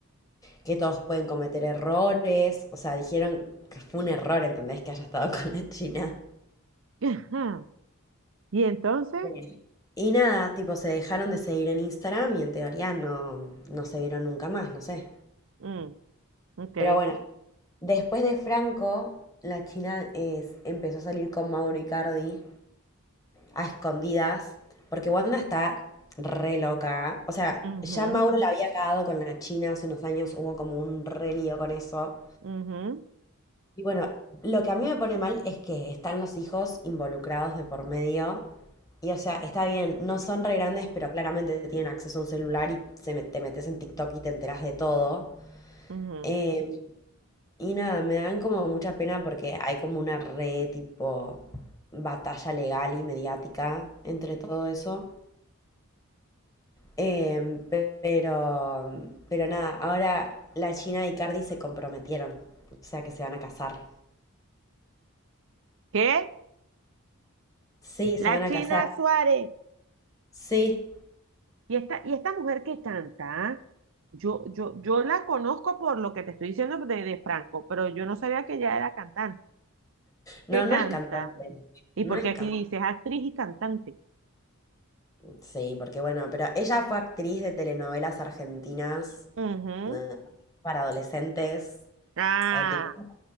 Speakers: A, on the left; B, on the right.
A: que todos pueden cometer errores. O sea, dijeron que fue un error, ¿entendés? Que haya estado <laughs> con la China.
B: <laughs> Ajá. Y entonces,
A: Sí. Y nada, tipo, se dejaron de seguir en Instagram y en teoría no, no se vieron nunca más, no sé.
B: mm, ok,
A: Pero bueno, después de Franco, la China es, empezó a salir con Mauro Icardi a escondidas, porque Wanda está re loca. O sea,
B: ujú,
A: ya Mauro la había cagado con la China hace unos años, hubo como un re lío con eso.
B: ujú,
A: Y bueno, lo que a mí me pone mal es que están los hijos involucrados de por medio. Y o sea, está bien, no son re grandes, pero claramente tienen acceso a un celular y se me- te metes en TikTok y te enterás de todo.
B: ujú.
A: Eh, y nada, me dan como mucha pena porque hay como una re tipo batalla legal y mediática entre todo eso. Em, pero, pero nada, ahora la Gina y Cardi se comprometieron, o sea que se van a casar.
B: ¿Qué?
A: Sí, se
B: La
A: van
B: China
A: a casar.
B: Suárez.
A: Sí.
B: Y esta, y esta mujer que canta, ¿ah? yo, yo, yo la conozco por lo que te estoy diciendo de, de Franco, pero yo no sabía que ella era cantante.
A: No,
B: ¿Qué
A: no
B: canta?
A: es cantante.
B: Y
A: No
B: porque
A: es cantante.
B: aquí dice es actriz y cantante.
A: Sí, porque bueno, pero ella fue actriz de telenovelas argentinas
B: Ujú.
A: eh, para adolescentes,
B: Ah.
A: en tipo dos